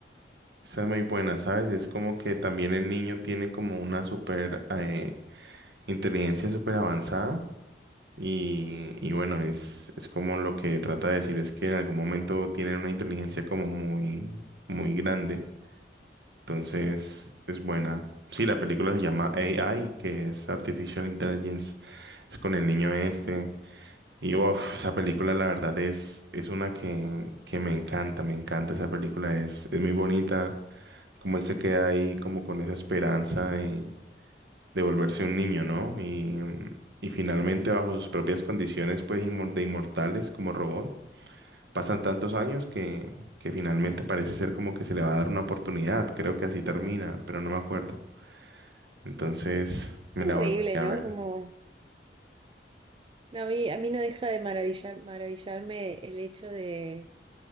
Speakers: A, on the right; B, on the right.
A: Esa es muy buena, ¿sabes? Es como que también el niño tiene como una super eh, inteligencia súper avanzada. Y, y bueno, es, es como lo que trata de decir es que en algún momento tienen una inteligencia como muy, muy grande. Entonces, es buena. Sí, la película se llama AI, que es Artificial Intelligence. Es con el niño este.
B: Ujú.
A: Y uff, esa película la verdad es, es una que, que me encanta, me encanta esa película. Es, es muy bonita. Como él se queda ahí como con esa esperanza de, de volverse un niño, ¿no? Y, mm, y finalmente bajo sus propias condiciones pues inmor- de inmortales como robot. Pasan tantos años que, que finalmente parece ser como que se le va a dar una oportunidad. Creo que así termina, pero no me acuerdo. Entonces me
B: Increíble,
A: la volvería
B: ¿no?
A: a ver.
B: Como No, a mí, a mí no deja de maravillar, maravillarme el hecho de,